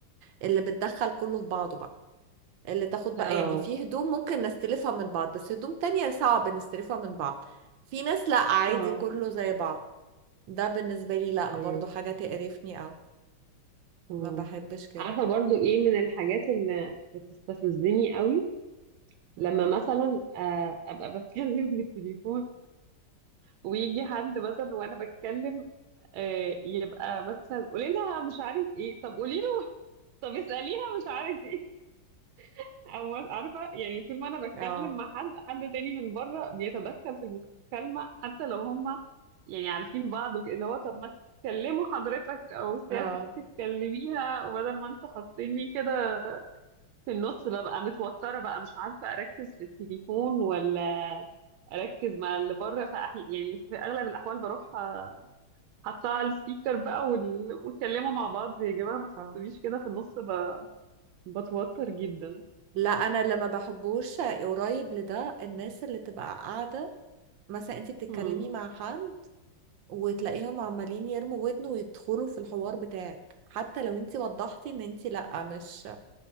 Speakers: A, on the right (about 70°); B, on the right (about 80°).
A: اللي بتدخل كله في بعضه بقى اللي تاخد بقى
B: اه
A: يعني في هدوم ممكن نستلفها من بعض بس هدوم تانية صعب نستلفها من بعض في ناس لا عادي
B: اه
A: كله زي بعض ده بالنسبة لي لا
B: اي
A: برضو حاجة تقرفني او
B: مم.
A: ما بحبش كده
B: عارفه برضو ايه من الحاجات اللي بتستفزني قوي لما
A: مم.
B: مثلا آه، ابقى بتكلم في التليفون ويجي حد مثلا وانا بتكلم آه، يبقى مثلا قولي لها مش عارف ايه طب قولي له طب اساليها مش عارف ايه أول عارفة يعني طول ما أنا بتكلم
A: اه
B: مع حد حد تاني من بره بيتدخل في المكالمة حتى لو هما يعني عارفين بعض وك- اللي هو طب ما تكلموا حضرتك أو سيادتك
A: اه
B: تكلميها وبدل ما انتوا حاطيني كده في النص ببقى متوترة بقى مش عارفة أركز في التليفون ولا أركز مع اللي بره فأحي... يعني في أغلب الأحوال بروح أ- حاطاه على السبيكر بقى وال... واتكلموا مع بعض يا جماعة ما تحطونيش
A: اه
B: كده في النص ب... بتوتر جدا
A: لا انا اللي ما بحبوش قريب لده الناس اللي تبقى قاعدة مثلا انت بتتكلمي
B: مم.
A: مع حد وتلاقيهم عمالين يرموا ودن ويدخلوا في الحوار بتاعك حتى لو انت وضحتي ان انت لا مش